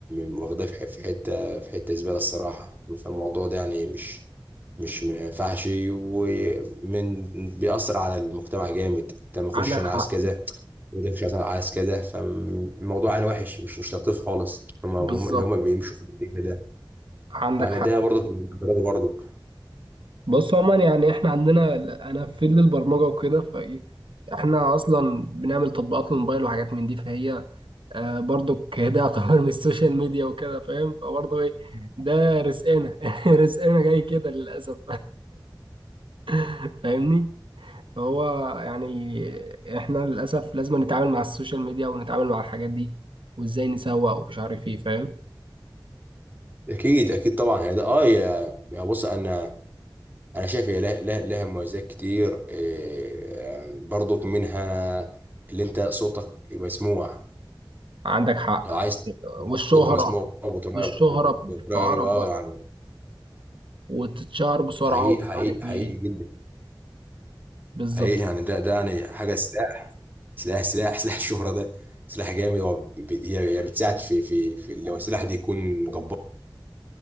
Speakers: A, on the right; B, on the right.
A: م- واخداه في ح- في حتة في حتة زبالة الصراحة فالموضوع ده يعني مش مش ما ينفعش ومن بيأثر على المجتمع جامد انت ما اخش
B: عندك
A: انا
B: حق
A: عايز كذا وده مش عايز- انا عايز كذا فالموضوع انا وحش مش مش لطيف خالص هم هم-
B: بالظبط
A: اللي هم بيمشوا في الاتجاه ده
B: عندك
A: يعني
B: حق
A: ده برضك من تجربه برضك
B: بص عموما يعني احنا عندنا انا في فيلد البرمجه وكده فايه احنا اصلا بنعمل تطبيقات للموبايل وحاجات من دي فهي آه برضك ده يعتبر من السوشيال ميديا وكده فاهم فبرضه ايه ده رزقنا <laughs> رزقنا جاي كده للاسف <laughs> فاهمني فهو يعني احنا للاسف لازم نتعامل مع السوشيال ميديا ونتعامل مع الحاجات دي وازاي نسوق ومش عارف ايه فاهم
A: اكيد اكيد طبعا هي ده اه يا يا بص انا انا شايف هي لها لها, لها مميزات كتير إيه برضك منها اللي انت صوتك مسموع
B: عندك حق
A: لو عايز
B: والشهره
A: صوتك مسموع بطريقه
B: والشهره
A: بطريقه
B: في قرب
A: غريبة، اه يعني
B: وتتشهر بسرعة
A: حقيقي
B: ومش
A: حقيقي
B: عارف
A: حقيقي
B: ايه
A: جدا
B: بالظبط
A: حقيقي يعني ده ده يعني حاجه سلاح سلاح سلاح <laughs> سلاح الشهره ده سلاح جامد هو ب- ب- هي هي بتساعد في في في اللي هو السلاح ده يكون جبار